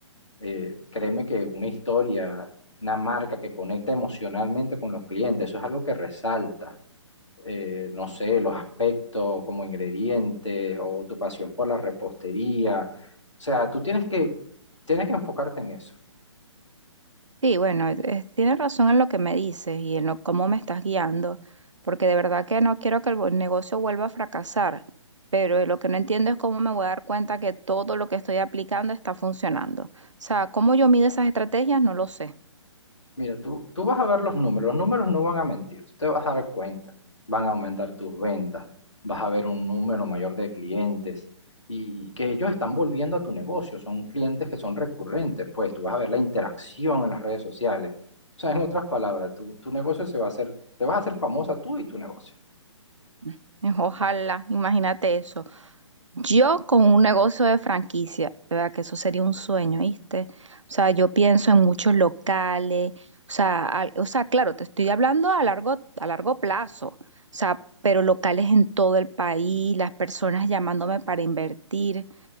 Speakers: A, on the left; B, on the right.
A: Eh, créeme que una historia, una marca que conecta emocionalmente con los clientes, eso es algo que resalta. Eh, no sé, los aspectos como ingredientes o tu pasión por la repostería. O sea, tú tienes que, tienes que enfocarte en eso.
B: Sí, bueno, eh, eh, tienes razón en lo que me dices y en lo, cómo me estás guiando, porque de verdad que no quiero que el vo- negocio vuelva a fracasar, pero eh, lo que no entiendo es cómo me voy a dar cuenta que todo lo que estoy aplicando está funcionando. O sea, cómo yo mido esas estrategias, no lo sé.
A: Mira, tú, tú vas a ver los números, los números no van a mentir, tú te vas a dar cuenta, van a aumentar tus ventas, vas a ver un número mayor de clientes y que ellos están volviendo a tu negocio, son clientes que son recurrentes, pues tú vas a ver la interacción en las redes sociales. O sea, en otras palabras, tu, tu negocio se va a hacer, te vas a hacer famosa tú y tu negocio.
B: <laughs> Ojalá, imagínate eso. Yo con un negocio de franquicia, de verdad que eso sería un sueño, ¿viste? O sea, yo pienso en muchos locales, o sea, al- o sea, claro, te estoy hablando a largo, a largo plazo, o sea, pero locales en todo el país, las personas llamándome para invertir.